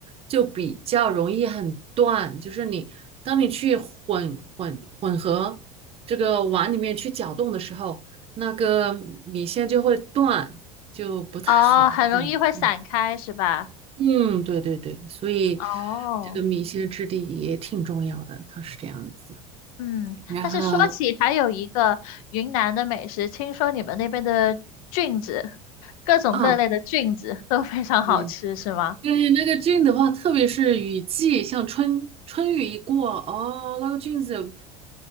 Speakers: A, on the right; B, on the left.
A: 就比较容易很断，就是你当你去混混混这个碗里面去搅动的时候，那个米线就会断，就不太好。
B: 哦，很容易会散开，
A: 嗯嗯。
B: 是吧？
A: 嗯，对对对，所以
B: 哦，
A: 这个米线质地也挺重要的，它是这样子。
B: 嗯，
A: 然后
B: 但是说起还有一个云南的美食，听说你们那边的菌子，各种各类的菌子都非常好吃，
A: 啊，对，
B: 是吗？
A: 对，那个菌的话，特别是雨季，像春春雨一过，哦，那个菌子，